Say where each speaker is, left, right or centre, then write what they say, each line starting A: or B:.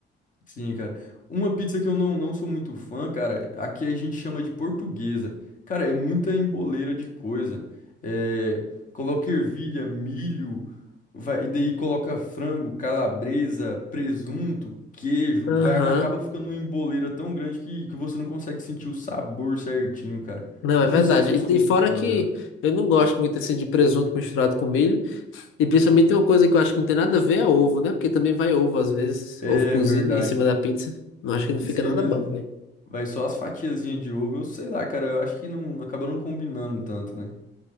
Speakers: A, on the left; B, on the left.
A: Sim, cara. Uma pizza que eu não, não sou muito fã, cara, aqui a gente chama de portuguesa. Cara, é muita emboleira de coisa. É, coloca ervilha, milho, vai, e daí coloca frango, calabresa, presunto, queijo.
B: Aham.
A: Vai, acaba ficando uma emboleira tão grande que, que você não consegue sentir o sabor certinho, cara.
B: Não, é
A: Eu
B: verdade.
A: não sei se eu sou
B: E,
A: muito
B: e fora
A: fã
B: que
A: dela.
B: eu não gosto muito assim de presunto misturado com milho. E principalmente tem uma coisa que eu acho que não tem nada a ver é ovo, né? Porque também vai ovo às vezes,
A: É
B: ovo cozido
A: verdade.
B: em cima da pizza. Não acho que não fica
A: Isso aí
B: nada
A: mesmo.
B: bom, velho.
A: Vai só as fatiazinhas de ovo. Eu sei lá, cara. Eu acho que não acaba não combinando tanto, né?